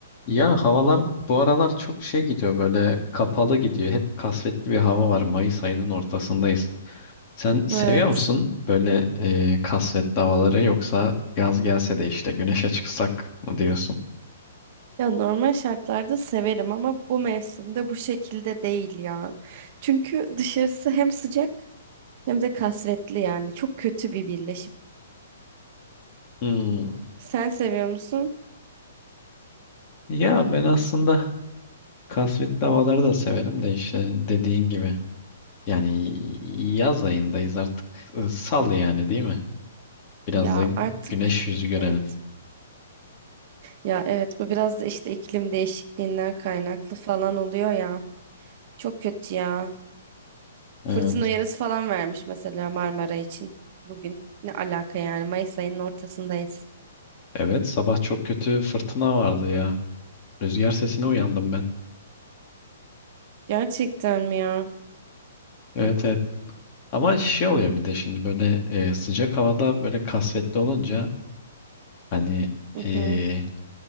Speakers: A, on the left; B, on the right.
A: Ya havalar bu aralar çok şey gidiyor böyle kapalı gidiyor. Hep kasvetli bir hava var. Mayıs ayının ortasındayız. Sen seviyor
B: Evet.
A: musun böyle e, kasvetli havaları yoksa yaz gelse de işte güneşe çıksak mı diyorsun?
B: Ya normal şartlarda severim ama bu mevsimde bu şekilde değil ya. Çünkü dışarısı hem sıcak hem de kasvetli yani. Çok kötü bir birleşim.
A: Hmm.
B: Sen seviyor musun?
A: Ya ben aslında kasvetli havaları da severim de işte dediğin gibi. Yani yaz ayındayız artık. E, Sal yani değil mi? Biraz
B: Ya
A: da
B: artık
A: güneş yüzü görelim.
B: evet. Ya evet bu biraz da işte iklim değişikliğinden kaynaklı falan oluyor ya. Çok kötü ya.
A: Evet.
B: Fırtına uyarısı falan vermiş mesela Marmara için bugün. Ne alaka yani Mayıs ayının ortasındayız.
A: Evet sabah çok kötü fırtına vardı ya. Rüzgar sesine uyandım ben.
B: Gerçekten mi ya?
A: Evet evet. Ama şey oluyor bir de şimdi böyle e, sıcak havada böyle kasvetli olunca hani
B: Hı
A: e,
B: hı.